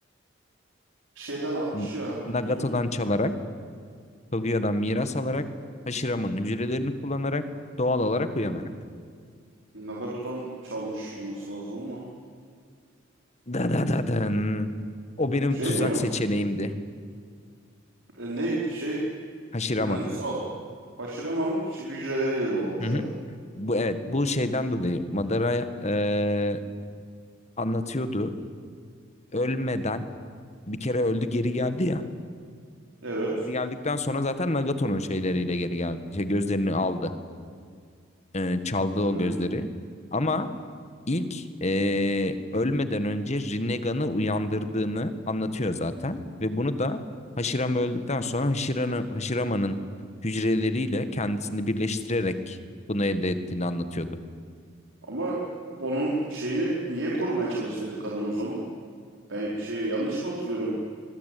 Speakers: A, on the right; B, on the left.
A: Şeyden almış
B: N-
A: ya.
B: Nagato'dan
A: <clears throat>
B: çalarak, Kaguya'dan miras alarak, Hashirama'nın hücrelerini kullanarak, doğal olarak uyanarak.
A: Nagato'dan çalmış olması lazım ama.
B: Da da da dın. O benim
A: Şey
B: tuzak
A: mi?
B: seçeneğimdi.
A: E, neydi şey?
B: Hashirama.
A: Yalnız A- Aşirama'nın şey, hücreleriyle doğurmuş
B: Hı hı.
A: o.
B: Bu evet bu şeyden dolayı Madara eee, anlatıyordu. Ölmeden bir kere öldü geri geldi ya.
A: Evet.
B: Geri geldikten sonra zaten Nagato'nun şeyleriyle geri geldi. Şey, gözlerini aldı. Eee, çaldı o
A: Hmm.
B: gözleri. Ama ilk eee, ölmeden önce Rinnegan'ı uyandırdığını anlatıyor zaten. Ve bunu da Hashirama öldükten sonra Hashirama, Hashirama'nın hücreleriyle kendisini birleştirerek bunu elde ettiğini anlatıyordu.
A: Ama onun şeyini niye korumaya çalıştıydı kadın o zaman? Ben şey yanlış mı hatırlıyorum?